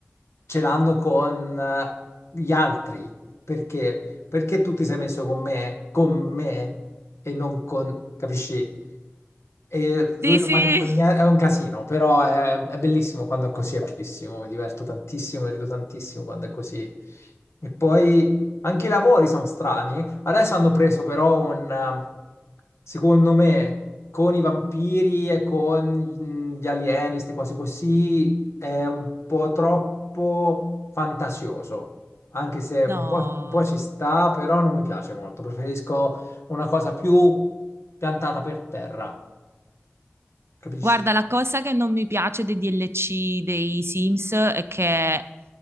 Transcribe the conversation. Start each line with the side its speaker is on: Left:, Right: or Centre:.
Left: ce l'hanno con eh, gli altri. Perché? Perché tu ti sei messo con me, con me e non con, capisci? E lui
Right: Sì,
Left: non
Right: sì.
Left: mi ha detto niente, è un casino, però è, è bellissimo quando è così, è bellissimo, mi diverto tantissimo, mi rido tantissimo quando è così. E poi anche i lavori sono strani. Adesso hanno preso però un, eh, secondo me, con i vampiri e con mm, gli alieni, queste cose così, è un po' troppo fantasioso. Anche se un
Right: No.
Left: po', un po' ci sta, però non mi piace molto. Preferisco una cosa più piantata per terra. Capisci?
Right: Guarda, la cosa che non mi piace dei DLC dei Sims è che